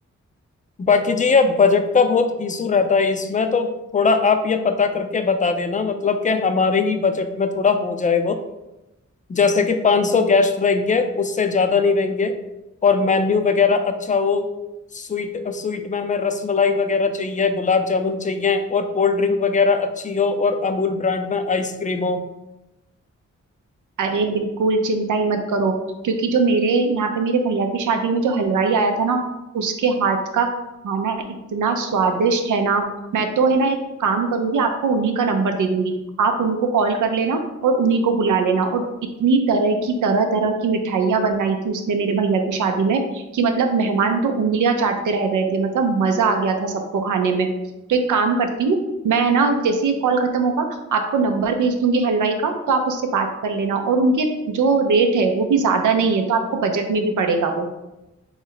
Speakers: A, on the left; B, on the right.
A: बाकी जी यह बजट का बहुत इशू रहता है इसमें तो थोड़ा आप ये पता करके बता देना मतलब कि हमारे ही बजट में थोड़ा हो जाए वो जैसे कि 500 गेस्ट रहेंगे उससे ज्यादा नहीं रहेंगे और मेन्यू वगैरह अच्छा हो स्वीट स्वीट में हमें रसमलाई वगैरह चाहिए गुलाब जामुन चाहिए और कोल्ड ड्रिंक वगैरह अच्छी हो और अमूल ब्रांड में आइसक्रीम हो
B: अरे बिल्कुल चिंता ही मत करो क्योंकि जो मेरे यहाँ पे मेरे भैया की शादी में जो हलवाई आया था ना उसके हाथ का खाना इतना स्वादिष्ट है ना मैं तो है ना एक काम करूंगी आपको उन्हीं का नंबर दे दूंगी आप उनको कॉल कर लेना और उन्हीं को बुला लेना और इतनी तरह की तरह तरह की मिठाइयाँ बनाई थी उसने मेरे भैया की शादी में कि मतलब मेहमान तो उंगलियां चाटते रह गए थे मतलब मजा आ गया था सबको खाने में तो एक काम करती हूँ मैं है ना जैसे ही कॉल खत्म होगा आपको नंबर भेज दूंगी हलवाई का तो आप उससे बात कर लेना और उनके जो रेट है वो भी ज्यादा नहीं है तो आपको बजट में भी पड़ेगा वो